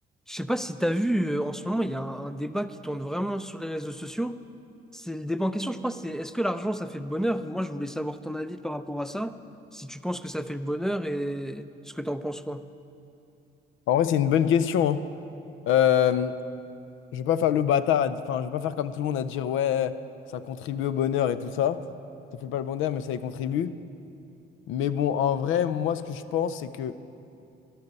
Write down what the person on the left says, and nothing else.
En vrai, c'est une bonne question. hein. Euh, je vais pas faire le bâtard, à di- enfin, je vais pas faire comme tout le monde à dire ouais, ça contribue au bonheur et tout ça. Ça fait pas le bonheur, mais ça y contribue. Mais bon, en vrai, moi, ce que je pense, c'est que